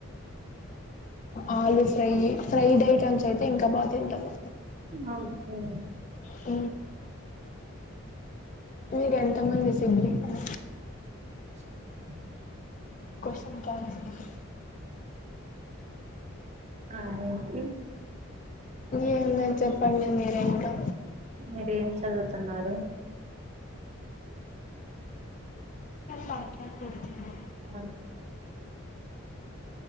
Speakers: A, on the left; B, on the right.
A: ఆలుూ ఫ్రై ఫ్రైడ్ ఐటమ్స్ అయితే ఇంకా బాగా తింటాను
B: ఓకే
A: అ మీరు ఎంతమంది సిబ్లింగు
B: <inaudible>
A: క్వశ్చన్ కి అల్సర్ ఇవ్వు
B: ఆఏంటి
A: ఏంలే చెప్పండి మీరే ఇంకా
B: మీరు ఏం చదువుతున్నారు
A: పాటల్ పెడుతున్నారు
B: అ <inaudible>